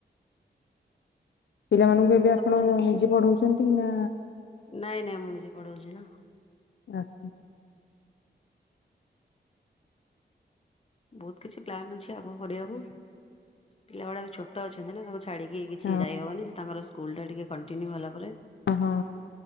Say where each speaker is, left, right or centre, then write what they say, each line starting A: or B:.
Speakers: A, on the left; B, on the left.
A: ପିଲାମାନଙ୍କୁ ଏବେ ଆପଣ
B: ଗୋଟେ
A: ନିଜେ ପଢଉ ଯେଛନ୍ତି ନା
B: ନାଇଁ ନାଇଁ ମୁଁ ନିଜେ ପଢ ଜିନ
A: ଅଛିି।
B: ବହୁତ କିଛି ପ୍ଲାନ ଅଛି ଆଗକୁ କରିବାକୁ ପିଲା ଗୁଡ଼ା ବି ଛୋଟ ଅଛନ୍ତି ନା ଛାଡିକି କିଛି
A: ହଁ।
B: ଯାଇ ହବନି ସେ ତାଙ୍କର ସ୍କୁଲ ଟା ଟିକେ କଣ୍ଟିନ୍ୟୁ ହେଲା ପରେ
A: ଅ ହଁ